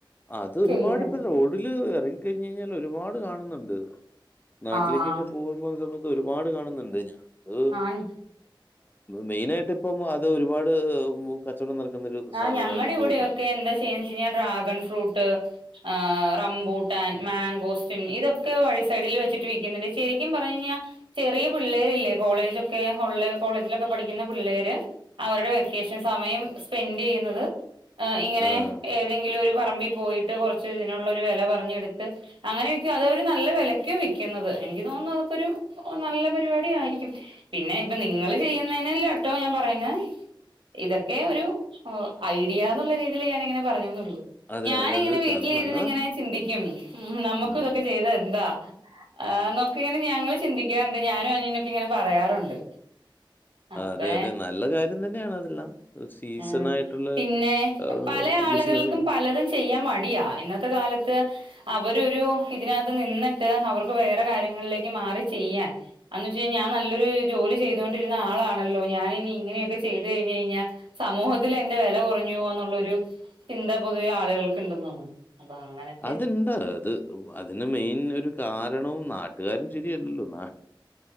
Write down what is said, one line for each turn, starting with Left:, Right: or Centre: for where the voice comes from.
Left: അത് ഒരുപാട്
Right: ചെയ്യുന്നുണ്ട്
Left: ഇപ്പൊ റോഡില് എറങ്ങി കഴിഞ്ഞ് കഴിഞ്ഞാൽ ഒരുപാട് കാണ്ന്ന്ണ്ട് നാട്ടിലേക്കൊക്ക
Right: ആഹ്
Left: പോകുമ്പൊ സമയത്ത് ഒരുപാട് കാണുന്നുണ്ട് ഞാൻത്
Right: ആഹ്
Left: മെയിന ആയിട്ട് ഇപ്പം അത് ഒരുപാട് കച്ചവടം നടക്കുന്നൊരു
Right: ആ
Left: സാധനാ.
Right: ഞങ്ങടെ
Left: ഒരു ഫ്രൂട്ടാണ്.
Right: ഇവിടെയൊക്കെ എന്താ ചെയ്യ്ന്നെ വെച്ച് കഴിഞ്ഞാ ഡ്രാഗൺ ഫ്രൂട്ട് ആഹ് റംബൂട്ടാൻ മാങ്കോസ്റ്റിൻ ഇതൊക്കെ വഴിസൈഡിൽ വെച്ചിട്ട് വിക്കിന്ന്ണ്ട് ശരിക്കും പറഞ് കഴിഞ്ഞാ ചെറിയ പിള്ളേരില്ലേ കോളേജൊക്കെ ഉള്ള ഓൺലൈൻ കോളേജിലൊക്കെ പഠിക്കുന്ന പിള്ളേര് അവര്ടെ വെക്കേഷൻ സമയം സ്പെൻഡ് ചെയ്യ്ന്നത് ഇങ്ങനെ
Left: ആഹ്.
Right: ഏ എതെങ്കിലും ഒരു പറമ്പി പോയിട്ട് കൊറച്ച് ഇതിനുള്ള ഒരു വെല പറഞ്ഞെടുത്ത് അങ്ങനെ വിക്കും അതവര് നല്ല വെലയ്ക്ക വിക്ക്ന്നത് എനിക്ക് തോന്നുന്നു അതൊക്കൊരു ഓ നല്ല പരിപാടി ആയിരിക്കും പിന്നെ ഇപ്പൊ നിങ്ങള് ചെയ്യുന്നേ നല്ലാട്ടോ ഞാൻ പറയുന്നെ ഇതൊക്കെ ഒരു ഐഡിയന്നുള്ള രീതിയി ഞാനി ഇങ്ങനെ പറഞ്ഞുനൊള്ളു
Left: അതെ,
Right: ഞാനിങ്ങനെ
Left: അതെ. അത്
Right: വീട്ടിലിരുന്നി
Left: ക അത് നല്ലതാണ്.
Right: ഇങ്ങനെ ചിന്തിക്കും ഉം നമ്മുക്കും
Left: ഉം.
Right: ഇതൊക്കെ ചെയ്ത എന്താ ആഹ് അന്നൊക്കെ ഇങ്ങനെ ഞങ്ങള് ചിന്തിക്കാറുണ്ട് ഞാനും അനിയനൊക്കെ ഇങ്ങനെ പറയാറുണ്ട്
Left: ആഹ്
Right: അപ്പേ
Left: അതെ അതെ നല്ല കാര്യം തന്നെയാണ് അതെല്ലാം സീസണായിട്ടുള്ള
Right: ഏഹ് പിന്നേ
Left: ആഹ്,
Right: പല ആള്കൾക്കും
Left: ബിസിനസ്സും
Right: പലതും ചെയ്യാൻ മടിയാ ഇന്നത്തെ കാലത്ത് അവരൊരു ഇതിനാത്ത് നിന്നിട്ട് അവർക്ക് വേറെ കാര്യങ്ങളിലേക്ക് മാറി ചെയ്യാൻ അന്ന് വെച്ച് കഴിഞ്ഞാ ഞാൻ നല്ലൊരു ജോലി ചെയ്തൊണ്ടിരുന്ന ആളാണല്ലോ ഞാന് ഇനി ഇങ്ങനെയൊക്കെ ചെയ്ത് കഴിഞ് കഴിഞ്ഞാ സമൂഹത്തിൽ എന്റെ വെല കുറഞ്ഞുപോവു എന്നുള്ളൊരു ചിന്ത പൊതുവേ ആളുകൾക്ക് ഇണ്ടെന്നോന്നു അപ്പ അങ്ങനെ
Left: അത്ഇണ്ടാ അത് അതിന് മെയിൻ ഒരു കാരണവും നാട്ടുകാരും ശരിയല്ലല്ലോ നാ